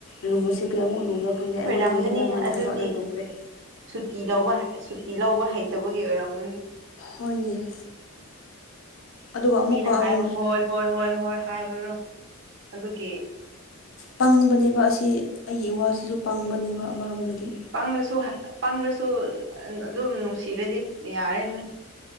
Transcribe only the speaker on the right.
ꯑꯣꯏꯔꯝꯒꯅꯤ
ꯑꯗꯨꯗꯤ
ꯁꯨꯇꯤ ꯂꯧꯕ ꯁꯨꯇꯤ ꯂꯧꯕ ꯍꯩꯇꯕꯒꯤ ꯑꯣꯏꯔꯝꯃꯅꯤ
ꯃꯤꯅ
ꯍꯥꯏꯕ ꯍꯣꯏ ꯍꯣꯏ ꯍꯣꯏ ꯍꯣꯏ ꯍꯥꯏꯕꯗꯣ ꯑꯗꯨꯒꯤ
ꯄꯪꯔꯁꯨ ꯄꯪꯔꯁꯨ ꯑꯗꯨꯝ ꯅꯨꯡꯁꯤꯔꯗꯤ ꯌꯥꯔꯦꯅ